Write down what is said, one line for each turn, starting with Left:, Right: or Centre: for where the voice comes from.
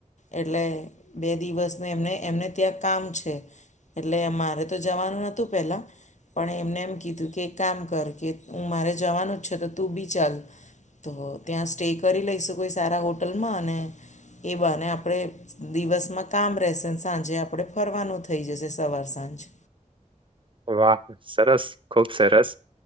Left: એટલે બે દિવસને એમને એમને ત્યાં કામ છે એટલે મારે તો જવાનું નતું પેલા પણ એમને એમ કીધું કે કામ કર કે હું મારે જવાનું જ છે તો તું બી ચાલ તો ત્યાં સ્ટે કરી લઈશું કોઈ સારા હોટલમાં અને એ બને આપણે દિવસમાં કામ રહેશેને સાંજે આપણે ફરવાનું થઈ જશે સવાર સાંજ
Right: વાહ સરસ ખુબ સરસ